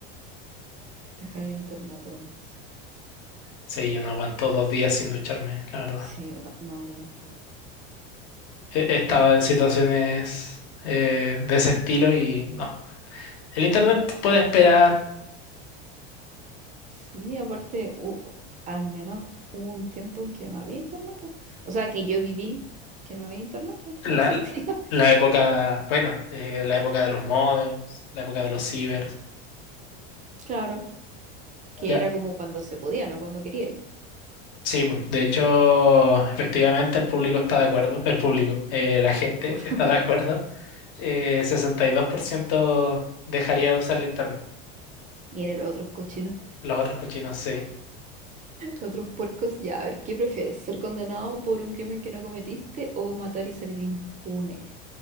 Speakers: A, on the right; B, on the left.
A: Dejar el internet por un mes.
B: Sí, yo no aguanto dos días sin ducharme, la verdad.
A: Sí, yo ta- no, yo tampoco.
B: he he estado en situaciones eh, de ese estilo y no. El internet puede esperar
A: Sí, aparte, hu- al menos hubo un tiempo en que no había internet, po. O sea, que yo viví que no había internet, po.
B: la,
A: No existía. <laughs>
B: la época, bueno, eh, la época de los modems, la época de los cibers.
A: Claro, que
B: Ya,
A: era como cuando se podía, no cuando quería.
B: sí, pues, de hecho, efectivamente el público está de acuerdo, el público, eh, la gente
A: Puro.
B: está
A: <laughs>
B: de acuerdo. Eh, sesenta y dos por ciento dejaría de usar el internet.
A: Mire los otros cochinos,
B: Los otros cochinos sí.
A: los otros puercos. Ya, a ver, ¿qué prefieres? ¿Ser condenado por un crimen que no cometiste o matar y salir impune?